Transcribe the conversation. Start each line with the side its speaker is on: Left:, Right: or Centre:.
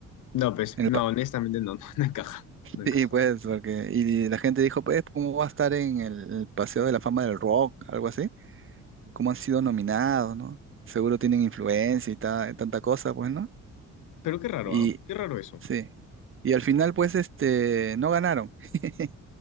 Left: No, pues,
Right: En
Left: no,
Right: el,
Left: honestamente no, <laughs> no, no encaja, no encaja.
Right: Sí, pues, porque, y la gente dijo, pues, ¿cómo va a estar en el, el Paseo de la Fama del Rock? Algo así. ¿Cómo han sido nominados, no? Seguro tienen influencia y ta- tanta cosa, pues, ¿no?
Left: Pero qué raro,
Right: Y
Left: ¿ah? Qué raro eso.
Right: sí. Y al final, pues, este, no ganaron. <laughs>